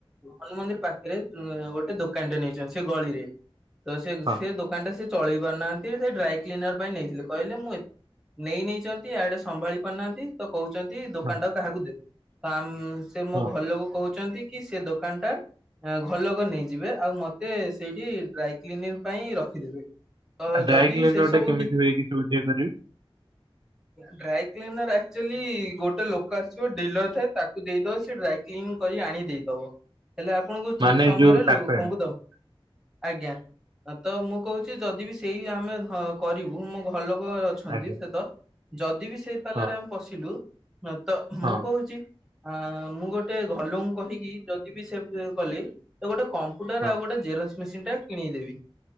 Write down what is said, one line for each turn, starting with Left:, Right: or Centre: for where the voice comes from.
Centre: ହନୁମନ୍ଦିର ପାଖରେ ଗୋଟେ ଦୋକାନ ଟ ନେଇଛନ୍ତି ସେ ଗଳିରେ ତ ସେ
Right: ହଁ
Centre: ସେ ଦୋକାନଟା ସେ ଚଳେଇ ପାରୁନାହାନ୍ତି ସେ ଡ୍ରାଇ କ୍ଲିନର ପାଇଁ ନେଇଥିଲେ କହିଲେ ମୁଁ ନେଇ ନେଇଛନ୍ତି ଆଡେ ସମ୍ଭାଳି ପାରୁନାହାନ୍ତି। ତ କହୁଛନ୍ତି ଦୋକାନ
Right: ହଁ
Centre: ଟାକୁ କାହାକୁ ଦେବେ ସେ ମୋ
Right: ହଁ।
Centre: ଘର ଲୋକ କହୁଛନ୍ତି କି ସେ ଦୋକାନ ଟା ଘର ଲୋକ ନେଇଯିବେ। ଆଉ ମତେ ସେଇଠି ଡ୍ରାଇକଲିନିଙ୍ଗ ପାଇଁ ରଖିଦେବେ। ତ
Right: ଆ ଡ୍ରାଇକଲିନିଙ୍ଗ
Centre: ଯଦି ସେ
Right: ଗୋଟେ
Centre: ସବୁ
Right: କେମିତି ହୁଏ କିଛି ବୁଝେଇ ପାରିବେ?
Centre: ଡ୍ରାଇକ୍ଲିନର ଆକ୍ଚୁଆଲି ଗୋଟେ ଲୋକ ଆସିବ ଡିଲର ଥାଏ ତାକୁ ଦେଇଦବ ସେ ଡାଇ କ୍ଲିନ୍ କରି ଆଣି ଦେଇଦବ ହେଲେ ଆପଣଙ୍କୁ
Right: ମାନେ
Centre: ଠିକ ସମୟରେ
Right: ଯୋଉ ସାର୍ଟ
Centre: ଲୋକଙ୍କୁ
Right: ପ୍ୟାଣ୍ଟ
Centre: ଦ ଆଜ୍ଞା, ତ ମୁଁ କହୁଛି ଯଦି ବି ସେଇ ଆମେ କରିବୁ ମୋ ଘରଲୋକ ଛନ୍ତି
Right: ଆଜ୍ଞା
Centre: ସେ ତ୍, ଯଦି ବି ସେ ପାଲାରେ
Right: ହଁ।
Centre: ଆମେ ପଶିଲୁ, ତ
Right: ହଁ
Centre: ମୁଁ କହୁଛି ଆଁ ମୁଁ ଗୋଟେ ଘର ଲୋକ ଙ୍କୁ କହିକି ଯଦି ବି ସେ ଗଲି ତ ଗୋଟେ କମ୍ପ୍ୟୁଟର
Right: ହଁ
Centre: ଆଉ ଗୋଟେ ଜେରକ୍ସ ମେସିନ୍ ଟେ କିଣେଇଦେବି।